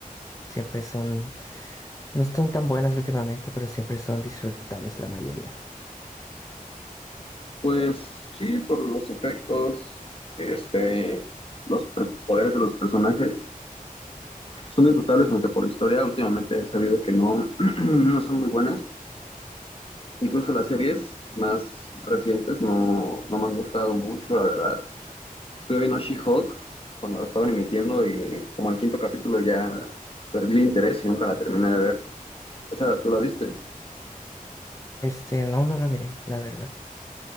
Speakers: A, on the left; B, on the left.
A: Siempre son, no son tan buenas últimamente, pero siempre son disfrutables la mayoría.
B: Pues sí, por los efectos, este, los per- poderes de los personajes. Son disfrutables, aunque por historia últimamente he sabido que no, <clears throat> no son muy buenas. Incluso las series más recientes no, no me han gustado mucho, la verdad. Estuve viendo She-Hulk cuando la estaban emitiendo y como el quinto capítulo ya perdí el interés y nunca la terminé de ver. Esa tú la viste.
A: Este, no, no la miré, la verdad.